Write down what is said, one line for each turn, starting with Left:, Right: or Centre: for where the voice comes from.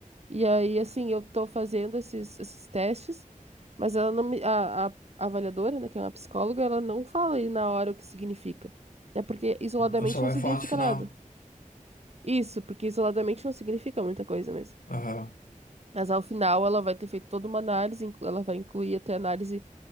Right: E aí, assim, eu tô fazendo esses, esses testes, mas ela não me, a, a a avaliadora, né, que é uma psicóloga, ela não fala aí na hora o que significa. Até porque isoladamente
Left: Eu só
Right: não
Left: vai
Right: significa
Left: falar no final.
Right: nada. Isso, porque isoladamente não significa muita coisa mesmo.
Left: Aham,
Right: Mas ao final ela vai ter feito toda uma análise, inclu- ela vai incluir até análise